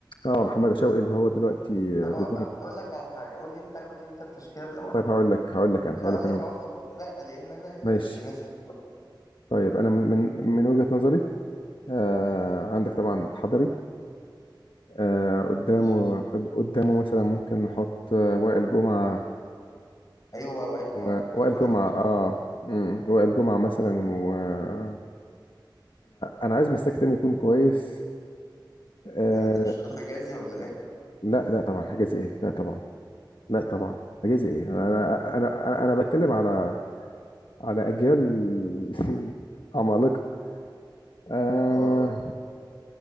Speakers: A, on the left; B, on the left.
A: اه محمد شوقي اللي هو دلوقتي
B: طب ه-
A: بيدرب
B: هقول لك على حاجه قول لي انت قول لي انت التشكيله الاول
A: طيب هقول لك هقول لك انا
B: وانا
A: هقول
B: هقول
A: لك
B: لك
A: انا
B: اوافقك ولا لا لان انا
A: ماشي
B: مش ناسي
A: طيب انا من من من وجهة نظري آه عندك طبعا الحضري آه قدامه
B: بس
A: قد- قدامه مثلا ممكن نحط آه، وائل جمعة
B: ايوه وائل جمعه
A: و-
B: كان في
A: وائل
B: واحد
A: جمعة
B: اقرع
A: اه مم، وائل جمعة مثلا وانا انا عايز مساك تاني يكون كويس آه
B: ايه ده انت مش هتقول حجازي ولا ايه
A: لا لا طبعا حجازي ايه لا طبعا لا طبعا حجازي ايه انا انا انا انا أنا بتكلم على على اجيال <laughs> عمالقة آه
B: اه